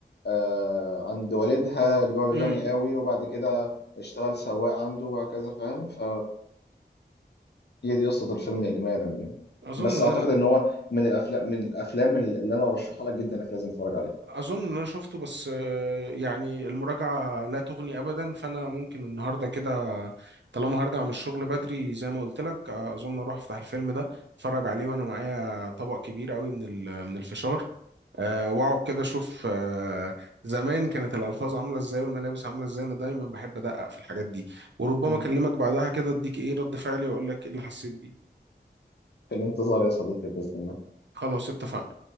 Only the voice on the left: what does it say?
آه عند والدها اللي هو الغني
قوي وبعد كده اشتغل سواق عنده وهكذا فاهم ف هي دي قصة الفيلم اجمالا يعني
بس
اعتقد
ان هو من الافلام من الافلام اللي انا برشحها لك جدا انك لازم تتفرج عليها
مم.
في الانتظار يا صديقي باذن الله